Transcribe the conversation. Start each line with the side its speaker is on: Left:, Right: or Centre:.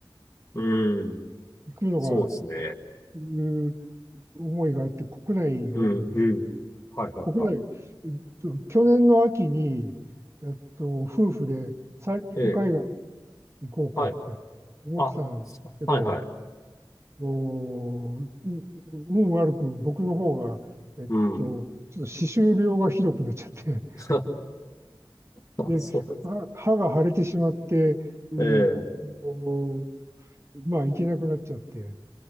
Left: うん。
Right: 行くのが、
Left: そうですね。
Right: いう思いがあって、国内が多いです。
Left: うん、うん。はいはいはい。
Right: 国内、えっと、去年の秋に、えっと、夫婦で三陸海外
Left: ええ、
Right: 行こうかって思ってたんですけど、
Left: はい。あ、はいはい。
Right: おー、運悪く僕の方が、えっと、
Left: うん。
Right: ちょっと歯周病がひどくなっちゃって、
Left: <laughs> あ、
Right: で、
Left: そうなんです。
Right: 歯歯が腫れてしまって、えーっと、
Left: ええ、
Right: まあ、行けなくなっちゃって、